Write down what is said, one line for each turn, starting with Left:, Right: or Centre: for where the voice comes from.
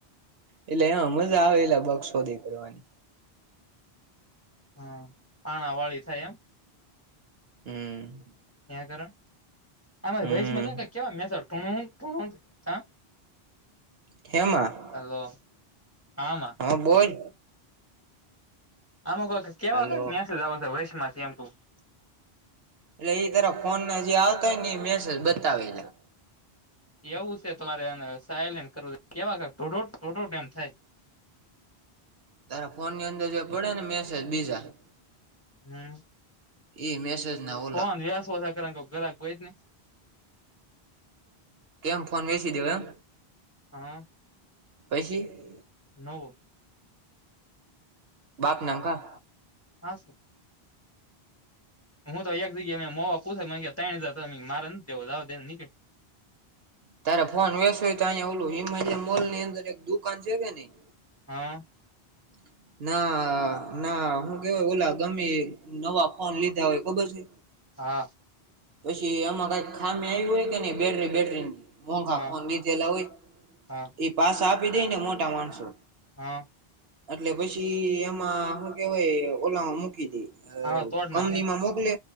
Right: એટલે એમાં મજા આવે. એલા બક્ષ શોધી કરવાની.
Left: હા, પાણા વાળી થાય એમ..
Right: હમ.
Left: ત્યાં કરોને, આ
Right: હમ
Left: વસમાં કેવા મેસેજ ટી
Right: હેમાં?
Left: હલો. હા માં.
Right: હા બોલ.
Left: આમાં કોક કેવાં
Right: હલો
Left: કેક મેસેજ આવશે વચમાં <unintelligible>
Right: એટલે ઈ તરફ ફોનના જે આવતા હોયને, ઈ મેસેજ બતાવેલા.
Left: એવું સે. તો મારે આને સાઈલેન્ટ કરવું જોઈએ. કેવા <unintelligible> એમ થાય.
Right: તારા ફોનની અંદર જે પડે ને મેસેજ બીજા-
Left: હમ્મ.
Right: ઈ મેસેજ ના ઓ
Left: ફોન વેસવો સે. <unintelligible> કોઈક ઘરાક ગોઈત ને.
Right: કેમ? ફોન વેચી દેવો એમ!
Left: હમ્મ.
Right: પઈસી?
Left: નવો.
Right: બાપ નામ કાં.
Left: હા <unintelligible> હું તો એઈક જગ્યાએ મે મોહ પૂછે, મન કહ્યે, તઈન હજાર. તો મે મારે નથ દેવો. જાવા દે ને નીક
Right: તારે ફોન વેસવું હોય તો અહિયાં ઓલું હિમાલય મોલની અંદર એક દુકાન છે કે નહીં?
Left: હા.
Right: <inaudible> ના-ના. હું કહેવાય? ઓલા ગમે એ નવા ફોન લીધા હોય. ખબર છે?
Left: હા.
Right: પસી આમાં કાંઈક ખામી આવી હોય કે નહીં બેટરી-બેટરી ની. મોંઘા
Left: હા
Right: ફોન લીધેલા હોય,
Left: હા
Right: ઈ પાસા આપી દેઈ ને મોટા માણસો.
Left: હા.
Right: એટલે પછી એમાં હું કહેવાય ઓલામાં મૂકી દેઈ. અહ
Left: હા તોડ
Right: કંપનીમાં
Left: નાખે
Right: મોકલે